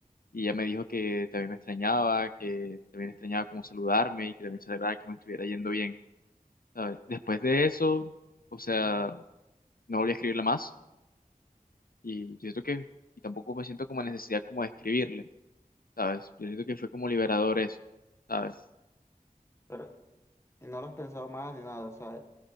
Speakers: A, on the left; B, on the left.
A: Y ella me dijo que también me extrañaba, que también extrañaba como saludarme y que también se alegraba que me estuviera yendo bien, ¿sabes? Después de eso, o sea, no volví a escribirla más y yo siento que, y tampoco me siento como necesidad como de escribirle, ¿sabes? Yo siento que fue como liberador eso, ¿sabes?
B: Pero, y no lo has pensado más ni nada, o sea,